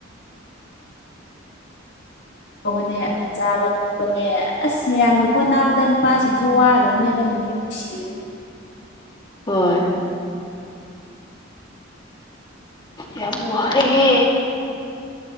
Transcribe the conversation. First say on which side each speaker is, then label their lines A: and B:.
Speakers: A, on the left; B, on the left.
A: ꯍꯅꯦ ꯆꯥꯕ ꯊꯛꯄꯅꯦ ꯑꯁ ꯃꯌꯥꯝꯒꯤ ꯍꯣꯠ ꯅꯥꯕꯗ ꯅꯨꯄꯥꯁꯤꯡꯁꯨ ꯋꯥꯔꯕꯅꯦꯗ <unintelligible> <inaudible>
B: ꯍꯣꯏ ꯌꯥꯕꯨ ꯑꯔꯒ